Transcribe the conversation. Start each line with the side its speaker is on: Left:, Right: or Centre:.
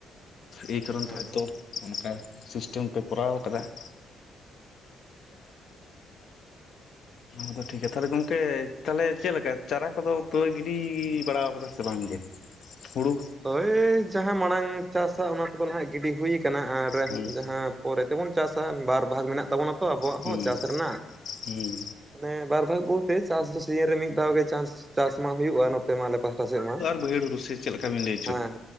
Left: ᱮᱭ ᱠᱟᱨᱚᱱ ᱛᱮ
Right: ᱦᱮᱸ
Left: ᱦᱚᱭ
Right: ᱦᱮᱸ
Left: ᱛᱚ ᱚᱱᱠᱟ ᱥᱤᱥ ᱴᱮᱢ ᱯᱮ ᱠᱚᱨᱟᱣ ᱟᱠᱟᱫᱟ ᱾ ᱟᱫᱚ ᱴᱷᱤᱠ ᱜᱮᱭᱟ ᱛᱟᱦᱞᱮ ᱜᱚᱝᱠᱮ ᱛᱟᱦᱞᱮ ᱪᱮᱫ ᱞᱮᱠᱟ ᱪᱟᱨᱟ ᱠᱚ ᱫᱚ ᱯᱮ ᱜᱤᱰᱤ ᱵᱟᱲᱟ ᱠᱟᱫᱟ ᱥᱮ ᱵᱟᱝ ᱜᱮ ᱾ ᱦᱩᱲᱩ
Right: ᱦᱳᱭ ᱡᱟᱦᱟᱸ ᱢᱟᱲᱟᱝ ᱪᱟᱥ ᱟᱜ ᱚᱱᱟ ᱠᱚ ᱫᱚ ᱱᱟᱦᱟᱜ ᱜᱤᱰᱤ ᱦᱩᱭ ᱠᱟᱱᱟ ᱟᱨ
Left: ᱦᱩᱸ
Right: ᱡᱟᱦᱟᱸ ᱾ ᱯᱚᱨᱮ ᱛᱮ ᱵᱚᱱ ᱪᱟᱥᱟ ᱵᱟᱨ ᱵᱷᱟᱜᱽ ᱢᱮᱱᱟᱜ ᱛᱟ ᱵᱚᱱᱟ ᱛᱚ ᱟᱵᱚ ᱣᱟᱜ
Left: ᱦᱩᱸ
Right: ᱦᱚᱸ ᱪᱟᱥ ᱨᱮᱱᱟᱜ
Left: ᱦᱩᱸ
Right: ᱾ ᱢᱟᱱᱮ ᱵᱟᱨ ᱵᱷᱟᱜ ᱵᱚᱞ ᱛᱮ ᱪᱟᱥ ᱫᱚ ᱥᱤᱡᱤᱱ ᱨᱮ ᱢᱤᱫ ᱫᱷᱟᱣ ᱜᱮ ᱪᱟᱱᱥ ᱪᱟᱥ ᱢᱟ ᱦᱩᱭᱩᱜᱼᱟ ᱱᱚ ᱛᱮ ᱢᱟ ᱟᱞᱮ ᱯᱟᱦᱴᱟ ᱥᱮᱫ ᱢᱟ ᱾
Left: ᱵᱟᱹᱭ ᱦᱟᱹᱲ ᱦᱩᱲᱩ ᱥᱮ ᱪᱮᱫ ᱞᱮᱠᱟ ᱵᱤᱱ <unintelligible> <unintelligible>
Right: ᱦᱮᱸ ᱦᱮᱸ